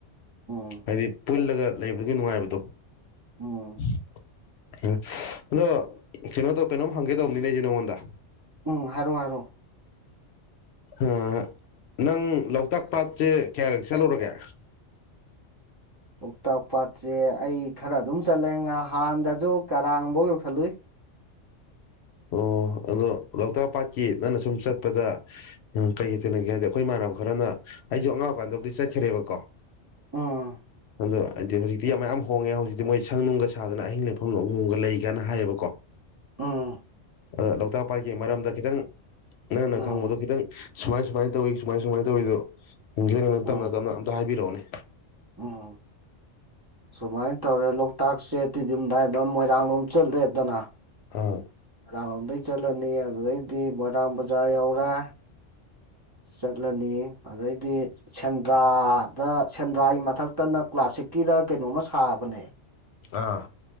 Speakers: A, on the right; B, on the left.
A: ꯎꯝ ꯎꯝ
B: ꯍꯥꯏꯗꯤ ꯄꯨꯜꯂꯒ ꯂꯩꯕꯒꯤ ꯅꯨꯡꯉꯥꯏꯕꯗꯣ
A: ꯎꯝ
B: <inaudible> ꯑꯗꯣ ꯀꯩꯅꯣ ꯇꯧ ꯀꯩꯅꯣꯝ ꯍꯪꯒꯦ ꯇꯧꯕꯅꯤꯅꯦ ꯑꯩꯁꯦ ꯅꯉꯣꯟꯗ
A: ꯎꯝ ꯍꯥꯏꯔꯣ ꯍꯥꯏꯔꯣ
B: ꯑꯝ ꯅꯪ ꯂꯣꯛꯇꯥꯛ ꯄꯥꯠꯁꯦ ꯀꯌꯥꯔꯛ ꯆꯠꯂꯨꯔꯒꯦ
A: ꯂꯣꯛꯇꯥꯛ ꯄꯥꯠꯁꯦ ꯑꯩ ꯈꯔ ꯑꯗꯨꯝ ꯆꯠꯂꯦ ꯉ ꯍꯥꯟꯅꯗꯁꯨ ꯀꯔꯥꯡꯐꯧ ꯌꯧꯁꯤꯂꯨꯏ
B: ꯑꯣ ꯑꯗꯣ ꯂꯣꯛꯇꯥꯛ ꯄꯥꯠꯀꯤ ꯅꯪꯅ ꯁꯨꯝ ꯆꯠꯄꯗ ꯀꯩ ꯀꯩ ꯊꯦꯡꯅꯒꯦ ꯍꯥꯏꯗꯤ ꯑꯈꯣꯏ ꯏꯃꯥꯟꯅꯕ ꯈꯔꯅ ꯑꯩꯁꯨ ꯑꯉꯥꯡ ꯑꯣꯏ ꯀꯥꯟꯗꯕꯨꯗꯤ ꯆꯠꯈ꯭ꯔꯦꯕꯀꯣ
A: ꯑꯝ
B: ꯑꯗꯣ ꯍꯥꯏꯗꯤ ꯍꯧꯖꯤꯛꯇꯤ ꯃꯌꯥꯝ ꯍꯣꯡꯉꯦ ꯍꯧꯖꯤꯛꯇꯤ ꯃꯣꯏ ꯁꯪ ꯅꯨꯡꯒ ꯁꯥꯗꯅ ꯑꯍꯤꯡ ꯂꯦꯛꯐꯝ ꯍꯣꯡꯒ ꯂꯩꯒꯅ ꯍꯥꯏꯌꯦꯕꯀꯣ <inaudible>
A: ꯎꯝ
B: ꯑꯗ ꯂꯣꯛꯇꯥꯛ ꯄꯥꯠꯀꯤ ꯃꯔꯝꯗ ꯈꯤꯇꯪ ꯅꯪꯅ
A: ꯎꯝ
B: ꯈꯪꯕꯗꯣ ꯈꯤꯇꯪ ꯁꯨꯃꯥꯏ ꯁꯨꯃꯥꯏꯅ ꯇꯧꯋꯤ ꯁꯨꯃꯥꯏ ꯁꯨꯃꯥꯏꯅ ꯇꯧꯏꯗꯨ ꯅꯤꯡꯖꯤꯡꯉ
A: ꯎꯝ
B: ꯇꯞꯅ ꯇꯞꯅ ꯑꯝꯇ ꯍꯥꯏꯕꯤꯔꯛꯑꯣꯅꯦ
A: ꯎꯝ ꯁꯨꯃꯥꯏꯅ ꯇꯧꯔꯦ ꯂꯣꯛꯇꯥꯛꯁꯦ ꯇꯤꯗꯤꯝꯗꯥꯏꯟ ꯂꯣꯝ ꯃꯣꯏꯔꯥꯡꯂꯣꯝ ꯆꯠꯂꯦꯗꯅ
B: ꯎꯝ
A: ꯃꯣꯏꯔꯥꯡ ꯂꯣꯝꯗꯩ ꯆꯠꯂꯅꯤ ꯑꯗꯨꯗꯩꯗꯤ ꯃꯣꯏꯔꯥꯡ ꯕꯖꯥꯔ ꯌꯧꯔꯦ ꯆꯠꯂꯅꯤ ꯑꯗꯩꯗꯤ ꯁꯦꯟꯗ꯭ꯔꯥꯗ ꯁꯦꯟꯗ꯭ꯔꯥꯒꯤ ꯃꯊꯛꯇꯅ ꯀ꯭ꯂꯥꯁ ꯁꯤꯛꯀꯤꯔ ꯀꯩꯅꯣꯝꯃ ꯁꯥꯕꯅꯦ
B: ꯑꯥ